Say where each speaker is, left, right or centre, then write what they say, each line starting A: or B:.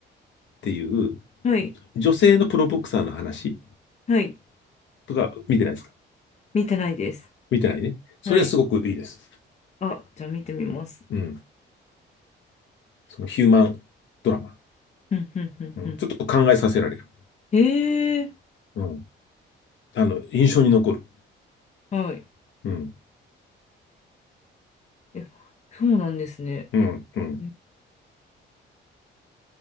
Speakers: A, on the left; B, on the left.
A: ていう
B: はい。
A: 女性のプロボクサーの話
B: はい。
A: とか見てないですか
B: 見てないです。
A: 見てないね。それはすごくいいです。
B: はい。あ、じゃあ見てみます。
A: うん。そのヒューマンドラマ。
B: うん、うん、うん、
A: うん。
B: うん。
A: ちょっと考えさせられる。
B: ええ
A: うん。あの、印象に残る。
B: はい。
A: うん。
B: えそうなんですね。
A: うん。うん。
B: え